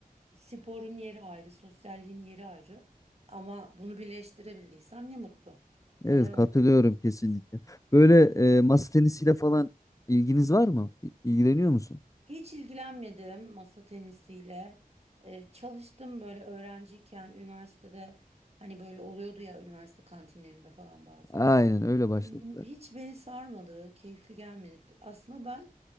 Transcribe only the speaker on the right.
sporun yeri ayrı, sosyalliğin yeri ayrı. Ama bunu birleştirebildiysen ne mutlu.
Neden
olmasın?
Hiç ilgilenmedim masa tenisiyle. Ee, çalıştım böyle öğrenciyken üniversitede hani böyle oluyordu ya üniversite kantinlerinde falan bazen.
M-
Hiç beni sarmadı, keyifli gelmedi. Aslında ben